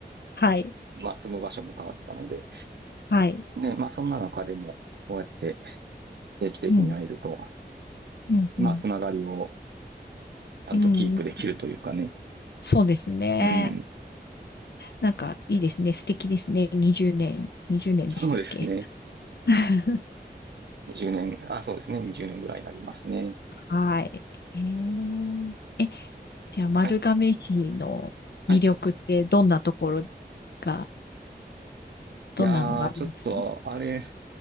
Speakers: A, on the left (about 75°); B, on the right (about 80°).
A: はい。
B: まあ、住む場所も変わったので、
A: はい。
B: ね、まあ、そんな中でも、こうやって定期的に会えると、
A: うん、うん、
B: まあ、
A: うん。
B: つながりをちゃんとキープできるというかね。
A: うん、そうですね。
B: うん。
A: なんか、いいですね。素敵ですね。20年、20年でしたっけ
B: そうですね。
A: <laughs>
B: 20年、あ、そうですね。20年ぐらいになりますね。
A: はい。えー、じゃあ、丸亀市の魅力ってどんなところ
B: はい。はい。
A: が、どんなのがあります
B: いやー、ちょっと、あれ、